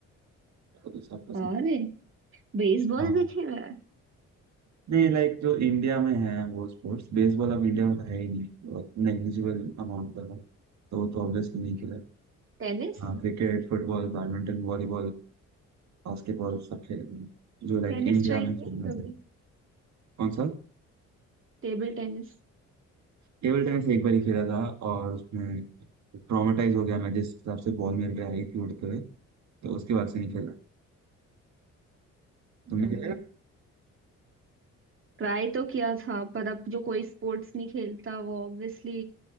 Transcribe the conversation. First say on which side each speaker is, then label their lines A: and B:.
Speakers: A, on the right; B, on the right.
A: तो सब पसंद
B: अरे बेसबॉल
A: हाँ
B: भी खेला है
A: नहीं लाइक जो इंडिया में है वो स्पोर्ट्स बेसबॉल अब इंडिया में तो है ही नहीं बहुत नेग्लिजिबल अमाउंट का था तो तो ऑब्वियसली नहीं खेला
B: टेनिस
A: हाँ cricket football badminton volleyball basketball सब खेले हैं, जो लाइक
B: टेनिस
A: इंडिया
B: ट्राई
A: में
B: किया
A: फेमस
B: है कभी
A: है कौन सा
B: Table tennis
A: टेबल टेनिस एक बार ही खेला था और उसमें ट्रॉमेटाइज हो गया मैं जिस हिसाब से बॉल मेरे पे आई थी उड़ते हुए तो उसके बाद से नहीं खेला तुमने
B: नहीं
A: खेला
B: ट्राई तो किया था पर अब जो कोई स्पोर्ट्स नहीं खेलता वो ऑब्वियसली